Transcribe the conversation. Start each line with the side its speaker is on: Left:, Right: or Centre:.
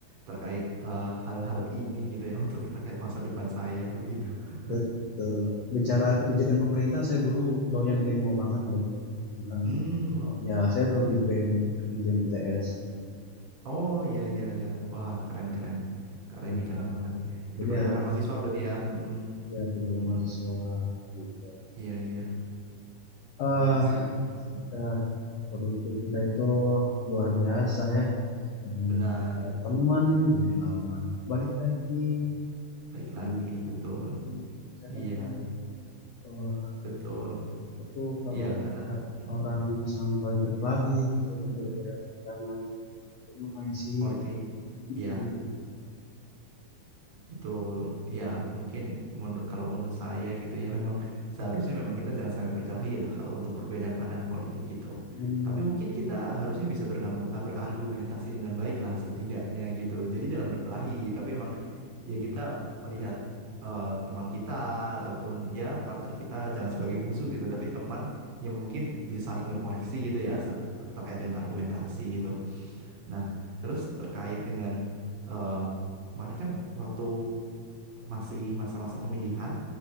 Right: terkait eh, hal-hal ini gitu ya <laughs> untuk terkait masa depan saya begitu. <laughs>
Left: betul bicara kebijakan pemerintah saya dulu doyan demo banget loh tentang
Right: Hmm, wap-
Left: ya saya dulu di BEM di BEM ITS
Right: oh iya iya iya. Wah, keren keren. Kak Reni
Left: ya
Right: keren banget. Iya, iya.
Left: jadi
Right: Di pergerakan
Left: harus
Right: mahasiswa berarti ya. Mm-mm,
Left: ya pekerja mahasiswa
Right: mm
Left: gitu.
Right: Iya iya.
Left: Eh,
Right: Memang sih. Mm,
Left: eh, politik kita itu luar biasa ya. Tadinya
Right: Benar.
Left: teman jadi lawan. Balik lagi
Right: Baik lagi,
Left: gitu.
Right: betul.
Left: Jadi saya sampai
Right: Iya,
Left: eh,
Right: betul.
Left: apa tuh kalau
Right: Iya,
Left: melihat
Right: karena mm,
Left: orang yang sampai berkelahi gitu kan berbeda pandangan. Ngapain sih?
Right: politik. Iya,
Left: Hmm,
Right: Betul, ya mungkin menurut kalau menurut saya gitu ya memang seharusnya memang kita jangan sampai berkelahi lah kalau untuk perbedaan pandangan politik gitu.
Left: benar.
Right: Tapi mungkin kita harusnya bisa bergamu- ah, berargumentasi dengan baik lah setidaknya gitu. Jadi jangan berkelahi, tapi memang
Left: Hmm.
Right: ya kita melihat eh, teman kita ataupun ya partner kita jangan sebagai musuh gitu, tapi teman yang mungkin bisa saling berkoreksi gitu ya ser- ter- terkait dengan argumentasi gitu. Nah, terus terkait dengan eh, kemarin kan waktu masih masa-masa pemilihan